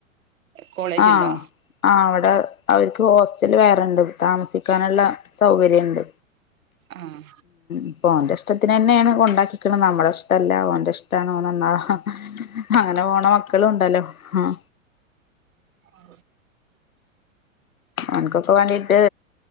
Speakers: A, on the right (about 75°); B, on the left (about 80°).
A: കോളേജ്
B: ആഹ്
A: ഉണ്ടോ
B: ആ അവിടെ അവർക്ക് ഹോസ്റ്റല് വേറെണ്ട് താമസിക്കാനുള്ള സൗകര്യുണ്ട്
A: ആഹ്
B: ഇപ്പോ ഓൻ്റെ ഇഷ്ടത്തിന് തന്നെയാണ് കൊണ്ടാക്കിക്കണ് നമ്മുടെ ഇഷ്ടല്ല ഓന്റെ ഇഷ്ടാണ് ഓൻ നന്നാവാ അങ്ങനെ പോണ മക്കളും ഉണ്ടല്ലോ ആ
A: ആ
B: അനക്ക എനക്ക് വേണ്ടിട്ട്